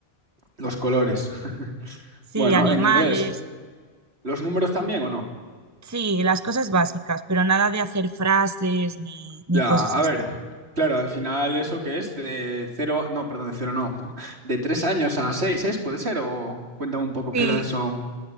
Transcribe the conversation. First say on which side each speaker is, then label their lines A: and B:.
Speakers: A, on the right; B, on the right.
A: los colores. <laughs>
B: Sí,
A: Bueno,
B: animales,
A: en inglés, ¿los números también o no?
B: Sí, las cosas básicas, pero nada de hacer frases ni, ni
A: Ya,
B: cosas
A: a
B: así.
A: ver, claro, al final eso que es de cero, no, perdón, de cero no, de tres años a seis es, puede ser, o cuéntame un poco
B: Sí,
A: qué edades son.